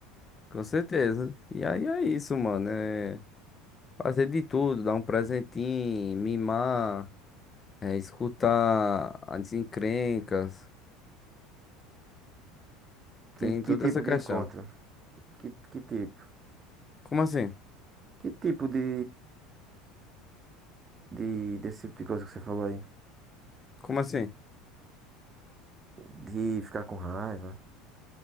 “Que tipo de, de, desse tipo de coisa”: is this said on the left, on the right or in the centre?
Right